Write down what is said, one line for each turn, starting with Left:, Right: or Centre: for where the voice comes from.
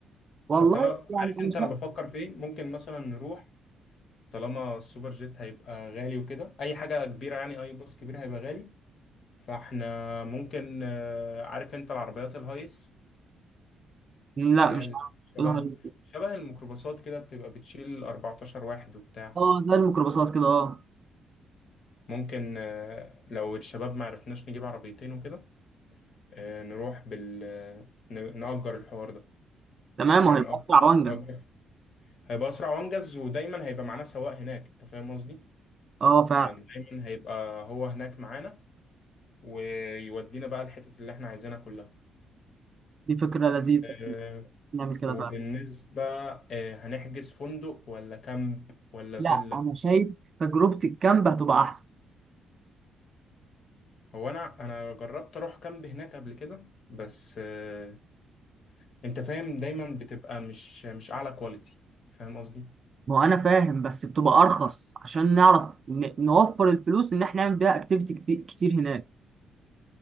Right: والله
Left: اصل انا
Right: يعني
Left: عارف
Right: انا
Left: انت
Right: شايف
Left: انا بفكر في ايه ممكن مثلا نروح طالما السوبر جيت هيبقى غالي وكده اي حاجه كبيره يعني اي باص كبير هيبقى غالي فاحنا ممكن آه، عارف انت العربيات الهايس
Right: لا
Left: اللي
Right: مش
Left: هي ال-
Right: عارف
Left: شبه
Right: إيه الهايبر ده؟
Left: شبه الميكروباصات كده بتبقى بتشيل 14 واحد وبتاع
Right: اه زي الميكروباصات كده اه
Left: ممكن آه، لو الشباب معرفناش نجيب عربيتين وكده آه، نروح بال آه، ن- نأجر الحوار ده
Right: تمام
Left: يعني
Right: وهيبقى
Left: أك-
Right: اسرع وانجز
Left: نأجر هيبقى أسرع وأنجز ودايما هيبقى معانا سواق هناك أنت فاهم قصدي؟
Right: اه فعلا
Left: يعني دايما هيبقى هو هناك معانا ويودينا بقى الحتت اللي احنا عايزينها كلها
Right: دي فكره لذيذه
Left: آه،
Right: نعمل كده
Left: وبالنسبة
Right: فعلا
Left: آه، هنحجز فندق ولا كامب ولا
Right: لا
Left: فيلا
Right: انا شايف تجربة الكامب هتبقى احسن
Left: هو أنا أنا جربت أروح كامب هناك قبل كده بس آه، أنت فاهم دايما بتبقى مش مش أعلى كواليتي فاهم قصدي؟
Right: ما هو انا فاهم بس بتبقى ارخص عشان نعرف ن- نوفر الفلوس ان احنا نعمل بيها اكتيفيتي كتير, كتير هناك